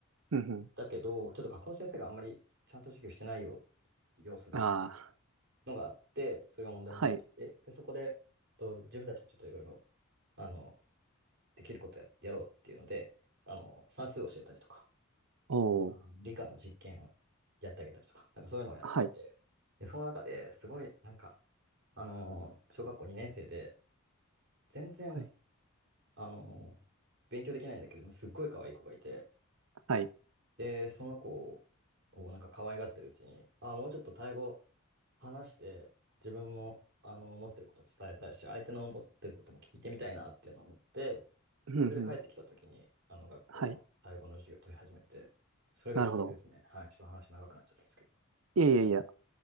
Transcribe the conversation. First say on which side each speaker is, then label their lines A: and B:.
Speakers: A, on the right (about 75°); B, on the right (about 55°).
A: うん
B: だけど、ちょっと学校の先生があんまりちゃんと授業してないよ、様子だっていう
A: うん、あ
B: のがあって、それが問題になっていて、
A: あ、はい、
B: で、そこで、えっと自分たちもちょっといろいろ、あの、できることや、やろうっていうので、あの、算数を教えたりとか、
A: おお、
B: あの理科の実験をやってあげたりとか、なんかそういうのをやっていて、
A: はい、
B: で、その中ですごい、なんか、あの小学校2年生で、全然、
A: はい、
B: あの勉強できないんだけれども、すっごい可愛い子がいて、
A: はい、
B: で、その子をなんか可愛がってるうちに、ああ、もうちょっとタイ語話して自分もあの思ってること伝えたいし、相手の思ってることも聞いてみたいなっていうのを思って、
A: うんうん、
B: それで帰ってきた時にあの学校のタイ語の授業を取り始めて、
A: はい、
B: それがきっかけですね。
A: なるほど。
B: はい。ちょっと話長くなっちゃったんですけど。
A: いやいやいや、